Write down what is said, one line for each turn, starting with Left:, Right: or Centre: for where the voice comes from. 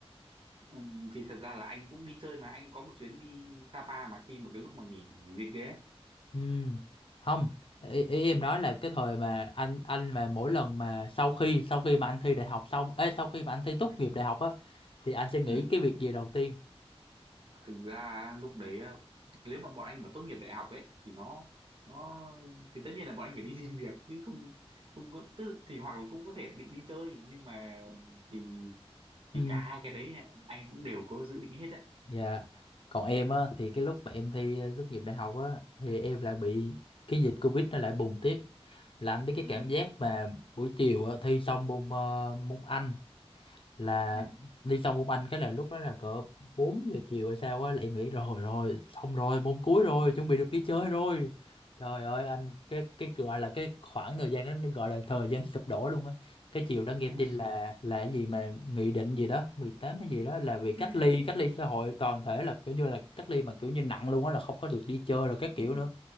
Right: ừ. thì thật ra là anh cũng đi chơi mà anh có một chuyến đi Sapa mà khi mà cái lúc mà nghỉ dịch đấy ấy.
Left: ừ không ý, ý em nói là cái thời mà anh anh mà mỗi lần mà sau khi sau khi mà anh thi đại học xong ấy sau khi mà anh thi tốt
Right: ừ,
Left: nghiệp đại học á thì anh sẽ nghĩ
Right: ừ.
Left: cái việc gì đầu tiên
Right: thực ra á, lúc đấy á, nếu mà bọn anh mà tốt nghiệp đại học ấy thì nó nó thì tất nhiên là bọn anh phải đi <laughs> xin việc chứ không không có tức thì hoặc là cũng có thể định đi chơi nhưng mà thì thì
Left: ừ
Right: cả hai cái đấy là anh cũng đều có dự định hết đấy
Left: dạ còn em á thì cái lúc mà em thi ờ, tốt nghiệp đại học á thì em lại bị cái dịch covid nó lại bùng tiếp là anh biết cái
Right: ừ
Left: cảm giác mà buổi chiều á, thi xong môn ờ, môn Anh là
Right: ừ
Left: đi xong môn Anh cái là lúc đó là cỡ 4 giờ chiều hay sao á lại nghĩ rồi rồi xong rồi môn cuối rồi chuẩn bị được đi chơi rồi trời ơi anh cái cái gọi là cái khoảng thời gian đó gọi là thời gian sụp đổ luôn á cái chiều đó nghe
Right: ừ
Left: tin là là cái gì mà nghị định gì đó 18 hay gì đó là bị
Right: ừ
Left: cách ly cách ly xã hội toàn thể là kiểu như là cách ly mà kiểu như nặng luôn á là không có được đi chơi rồi các
Right: ừ
Left: kiểu nữa